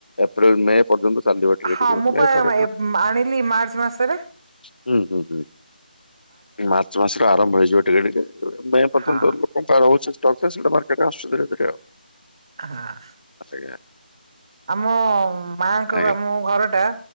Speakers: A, on the left; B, on the right.
A: ଏପ୍ରିଲ ମେ ପର୍ଯ୍ୟନ୍ତ ଚାଲିବ ଟିକେ
B: ହଁ
A: ଟିକେ
B: ମୁଁ
A: ମେ
B: ପା
A: ପରେ <unintelligible>
B: <unintelligible> ମାର୍ଚ୍ଚ ମାସ
A: ହୁଁ ହୁଁ ହୁଁ! ମାର୍ଚ୍ଚ ମାସରୁ ଆରମ୍ଭ ହେଇଯିବ ଟିକେ ଟିକେ ମେ ପର୍ଯ୍ୟନ୍ତ
B: ହଁ
A: ଧ କନ୍ତା ରହୁଚି ସେଇଟା ମାର୍କେଟ ଆସୁ ଧୀରେ ଧୀରେ ଆଉ।
B: ହାଁ!
A: ଆ ସେଇଆ।
B: ଆମ ମାଙ୍କ
A: ଆଜ୍ଞା
B: ଆମ ଘରଟା